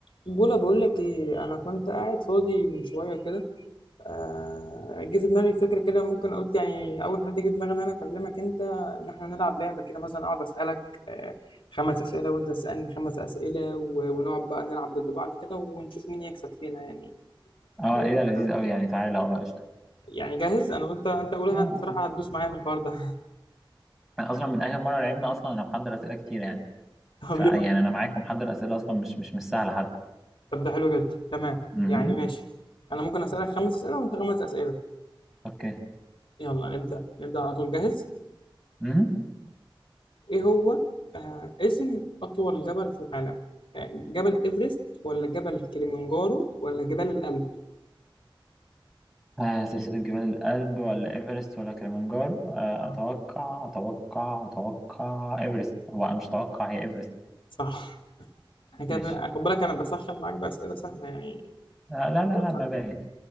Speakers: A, on the left (about 70°); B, in the centre.
A: بولا بقول لك ايه انا كنت قاعد فاضي من شويه كده آه، جه في دماغي فكره كده ممكن قلت يعني اول حد جه في دماغي ان انا اكلمك انت ان احنا نلعب لعبه كده مثلا اقعد اسالك آه، خمس اسئله وانت تسالني خمس اسئله و- ونقعد بقى نلعب ضد بعض كده ونشوف مين يكسب فينا يعني
B: اه ايه
A: قلت
B: ده لذيذ قوي يعني تعالى اه قشطه
A: يعني جاهز انا قلت انت اول واحد
B: اه اه
A: بصراحه هتدوس معايا في الحوار ده
B: أنا اصلا من اخر مره لعبنا اصلا انا محضر اسئله كتير يعني
A: <laughs> طب
B: فيعني
A: يلا
B: انا معاكم محضر اسئله اصلا مش مش مش سهله حتى
A: طب ده حلو جدا تمام
B: امم
A: يعني ماشي انا ممكن اسالك خمس اسئله وانت خمس اسئله
B: اوكي
A: يلا نبدا نبدا على طول جاهز
B: امم
A: إيه هو آه اسم أطول جبل في العالم؟ آه، جبل إيفرست ولا جبل كليمنجارو ولا جبال الألب؟
B: آه سلسله جبال الألب ولا ايفرست ولا كليمنجارو آه
A: آه،
B: اتوقع اتوقع اتوقع ايفرست هو أنا مش اتوقع هي ايفرست
A: صح أنا كده
B: ماشي
A: خد بالك أنا بسخن معاك بأسئلة سهلة يعني
B: آه لا لا
A: ما تعودش
B: لا ما
A: على
B: باين
A: كده